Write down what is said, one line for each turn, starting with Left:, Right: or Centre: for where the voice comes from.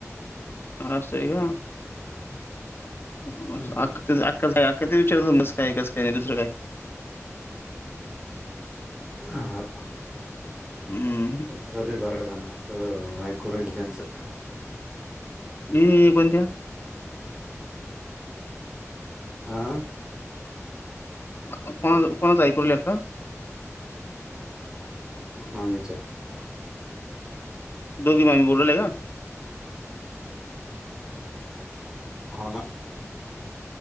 Left: आसय का. अख <unintelligible>
Right: हम्म.
Left: अख ते विचारत कस काय कस काय नाही दुसरं काय
Right: आहा
Left: हम्म
Right: त्यांचं चालू आहे बराडगाण <unintelligible> ज्यांचं.
Left: दि हे कोणता
Right: आं
Left: कोणा कोणाच ऐकू ले आता
Right: मामीच
Left: दोघी मामी बोलू ल्या कां
Right: हो ना